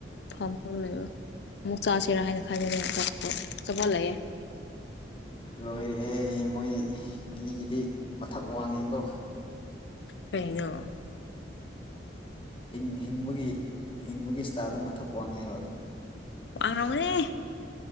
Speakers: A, on the left; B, on the left.
A: ꯐ ꯂꯩꯕ ꯑꯃꯨꯛ ꯆꯥꯁꯤꯔꯥ ꯍꯥꯏꯅ ꯈꯟꯖꯩ <unintelligible> ꯑꯆꯥꯄꯣꯠ ꯂꯩꯑꯦ꯫
B: ꯂꯣꯏꯔꯦꯍꯩ ꯃꯣꯏ ꯃꯤꯒꯤꯗꯤ ꯃꯊꯛ ꯋꯥꯡꯉꯤꯀꯣ꯫
A: ꯀꯩꯅꯣ
B: ꯍꯤꯟ ꯍꯤꯡꯕꯒꯤ ꯍꯤꯡꯕꯒꯤ ꯏꯁꯇꯥꯏꯜꯗ ꯃꯊꯛ ꯋꯥꯡꯉꯦꯕ꯫
A: ꯋ <unintelligible>